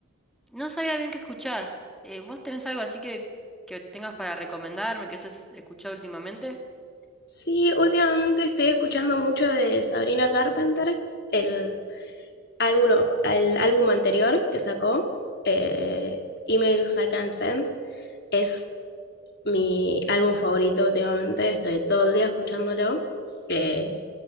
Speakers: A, in the centre; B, on the left.
A: no sabía bien qué escuchar. Eh, ¿vos tenés algo así que, que tengas para recomendarme, que hayas escuchado últimamente?
B: Sí, últimamente estoy escuchando mucho de Sabrina Carpenter, el álbum, el álbum anterior que sacó, eh, Emails I Can Send. Es mi álbum favorito últimamente, estoy todo el día escuchándolo. Eh,